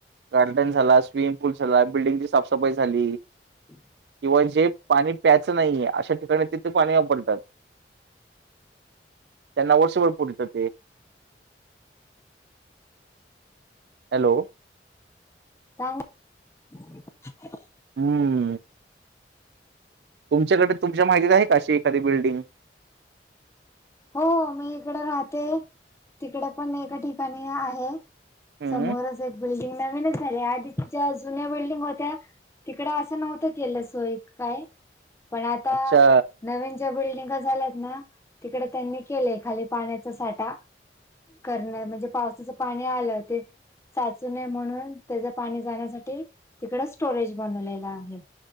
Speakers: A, on the right; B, on the left.
A: गार्डन झाला स्विमिंग पूल झाला बिल्डिंगची साफसफाई झाली.
B: <inaudible>
A: किंवा जे पाणी प्यायच नाहीये अशा ठिकाणी तिथ पाणी वापरतात. त्यांना वर्षभर पुरत ते, हॅलो.
B: <unintelligible>
A: हम्म तुमच्याकडे, तुमच्या माहितीत आहे अशी एखादी बिल्डिंग.
B: हो मी इकड राहते. तिकडे पण एका ठिकाणी आहे.
A: हम्म
B: समोरच एक बिल्डिंग नवीनच झाली आधीच्या जुन्या बिल्डिंग होत्या. तिकड अस नव्हत केल. सोय काय पण आता
A: अच्छा
B: नवीन ज्या बिल्डिंग झाल्यात ना, तिकड त्यांनी केलय खाली पाण्याचा साठा. करणार म्हणजे पावसाच पाणी आल ते, साचू नये म्हणून त्याच पाणी जाण्यासाठी. तिकड स्टोरेज बनवलेल आहे.